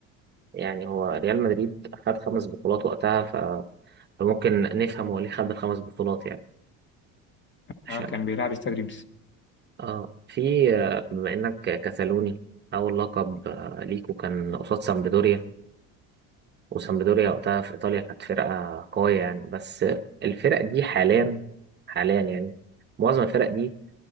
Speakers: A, on the right; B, on the left.
A: يعني هو ريال مدريد خد خمس بطولات وقتها ف... فممكن نفهم هو ليه خد الخمس بطولات يعني عشان
B: آه، كان بيلعب استاد ريمس.
A: اه في آه، بما انك كتالوني اول لقب آه، ليكو كان قصاد سامبدوريا وسامبدوريا وقتها في ايطاليا كانت فرقة قوية يعني بس الفرق دي حاليا حاليا يعني معظم الفرق دي